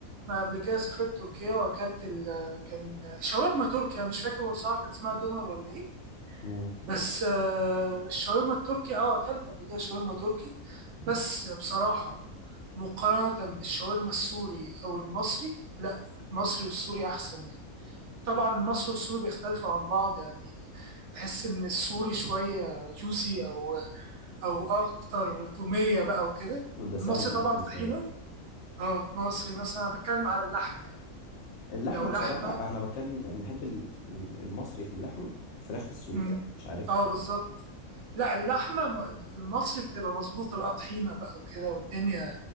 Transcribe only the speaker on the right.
ما قبل كده سافرت تركيا واكلت ال كان شاورما تركيا مش فاكر بصراحة كان اسمها دونر ولا ايه
بس آه، الشاورما التركي اه اكلت قبل كده شاورما تركي بس بصراحة مقارنة بالشاورما السوري او المصري لا المصري والسوري احسن يعني طبعا المصري والسوري بيختلفوا عن بعض يعني تحس ان السوري شويه جوسي او او اكتر توميه بقى وكده
المصري طبعا
طحينه
اه مصري مثلا أنا بتكلم على اللحمه يعني.
لو لحمه
مم،
اه بالظبط لا اللحمه م- المصري بتبقى مظبوطه بقى طحينه بقى وكده والدنيا